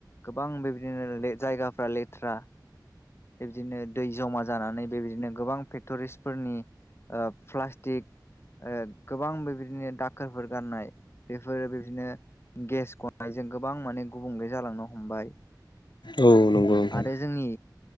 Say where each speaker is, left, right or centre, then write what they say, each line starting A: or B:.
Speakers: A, on the left (about 35°); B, on the left (about 80°).
A: गोबां बेबायदिनो जायगाफ्रा लेथ्रा बेबायदिनो दै जमा जानानै बेबायदिनो गोबां फेक्ट'रिसफोरनि ओ प्लास्टिक ओ गोबां बेबायदिनो दाखोरफोर गारनाय बेफोरो बिब्दिनो गेस गनायजों गोबां माने गुबुंले जालांनो हमबाय।
B: औ नंगौ नोंथां।
A: आरो जोंनि